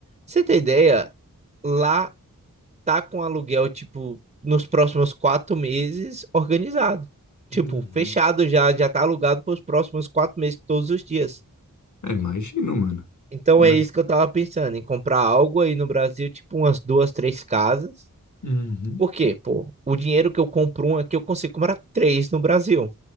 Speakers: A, on the right; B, on the left.
A: Você tem ideia? Lá tá com aluguel, tipo, nos próximos quatro meses organizado. Tipo,
B: Uhum.
A: fechado já, já tá alugado para os próximos quatro meses, todos os dias.
B: É, imagino, mano.
A: Então
B: Imagino.
A: é isso que eu tava pensando, em comprar algo aí no Brasil, tipo umas duas, três casas.
B: Uhum.
A: Por quê? Pô, o dinheiro que eu compro uma aqui, eu consigo comprar três no Brasil.